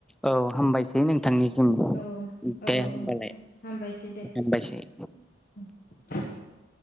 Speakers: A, in the centre; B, on the left.
A: औ हामबायसै नोंथांनिसिम
B: औ औ
A: दे हामबालाय
B: औ हामबायसै दे
A: हामबायसै
B: <unintelligible>